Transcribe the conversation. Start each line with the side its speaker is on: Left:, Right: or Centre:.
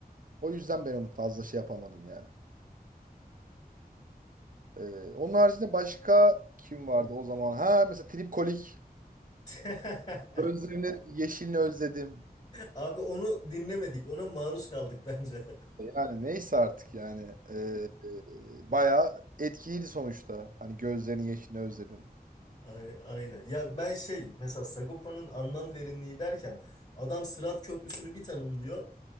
Right: O yüzden ben onu fazla şey yapamadım yani. Ee, onun haricinde başka kim vardı o zaman? Ha mesela Trip Kolik.
Left: <laughs>
Right: Gözlerinin yeşilini özledim.
Left: Abi onu dinlemedik. Ona maruz kaldık bence. <laughs>
Right: Yani neyse artık yani. Ee, e, bayağı etkiliydi sonuçta. Hani gözlerinin yeşilini özledim.
Left: Ay- Aynen. Ya ben şey mesela Sagopa'nın anlam derinliği derken adam Sırat Köprüsü'nü bir tanımlıyor.